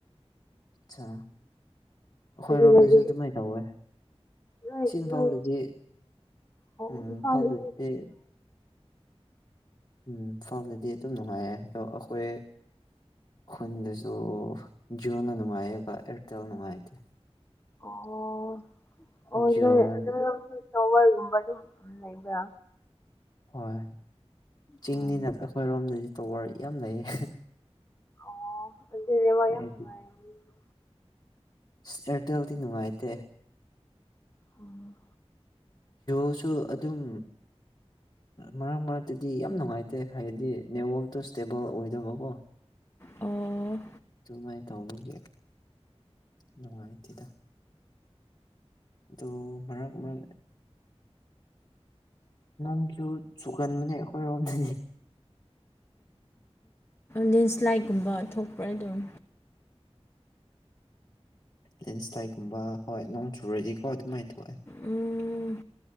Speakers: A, on the left; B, on the left.
A: ꯑꯆꯥ ꯑꯩꯈꯣꯏ
B: ꯑꯗꯨꯗꯗꯤ
A: ꯔꯣꯝꯗꯁꯨ ꯑꯗꯨꯃꯥꯏꯅ ꯇꯧꯋꯦ
B: ꯅꯣꯏ
A: ꯁꯤ ꯏꯝꯐꯥꯜꯗꯗꯤ
B: ꯅꯣꯏ ꯑꯣ
A: ꯎꯝ ꯏꯝꯐꯥꯜꯗꯗꯤ
B: ꯆꯗ
A: ꯎꯝ ꯐꯥꯎꯗꯗꯤ ꯑꯗꯨꯝ ꯅꯨꯡꯉꯥꯏꯔꯦ ꯑꯗꯣ ꯑꯩꯈꯣꯏ ꯍꯟꯗꯁꯨ ꯖꯤꯣꯅ ꯅꯨꯡꯉꯥꯏꯌꯦꯕ ꯑꯦꯔꯇꯦꯜ ꯅꯨꯡꯉꯥꯏꯇꯦ
B: ꯑꯣ ꯑꯣꯗ
A: ꯖꯤꯑꯣꯅ
B: ꯇꯣꯕꯔꯒꯨꯝꯕ ꯑꯗꯨꯝ ꯎ ꯂꯩꯕ꯭ꯔꯥ
A: ꯍꯣꯏ ꯆꯤꯡꯅꯤꯅ
B: ꯑꯣ
A: ꯑꯩꯈꯣꯏꯔꯣꯝꯗꯗꯤ ꯇꯔ ꯌꯥꯝ ꯂꯩꯌꯦ
B: ꯑꯣ ꯑꯗꯨ ꯔꯦ ꯋꯥ
A: ꯍꯥꯏꯗꯤ
B: ꯌꯥꯝꯅꯨꯡꯉ
A: ꯑꯦꯌꯥꯔꯇꯦꯜꯗꯤ ꯅꯨꯡꯉꯥꯏꯇꯦ
B: ꯎꯝ
A: ꯣꯁꯨ ꯑꯗꯨꯝ ꯃꯔꯛ ꯃꯔꯛꯇꯗꯤ ꯌꯥꯝ ꯅꯨꯡꯉꯥꯏꯇꯦ ꯍꯥꯏꯗꯤ ꯅꯦꯠꯋꯥꯛꯇꯣ ꯏꯁꯇꯦꯕꯜ ꯑꯣꯏꯗꯕꯀꯣ
B: ꯑꯣ
A: ꯑꯗꯨꯃꯥꯏꯅ ꯇꯧꯕꯒꯤ ꯅꯨꯡꯉꯥꯏꯇꯦꯗ ꯑꯗꯨ ꯃꯔꯥꯡ ꯃꯔꯥꯡ ꯅꯪ ꯀꯔ ꯁꯨꯒꯥꯟ ꯃꯅꯤ ꯑꯩꯈꯣꯏ ꯔꯣꯅꯤ
B: ꯂꯦꯟꯁ꯭ꯂꯥꯏꯠꯀꯨꯝꯕ ꯊꯣꯛꯄ꯭ꯔꯥ ꯑꯗꯨꯝ
A: ꯂꯦꯟꯁꯇꯥꯏꯒꯨꯝꯕ ꯍꯣꯏ ꯅꯣꯡ ꯆꯨꯔꯁꯤꯀꯣ ꯑꯗꯨꯃꯥꯏꯅ ꯊꯣꯛꯑꯦ
B: ꯎꯝ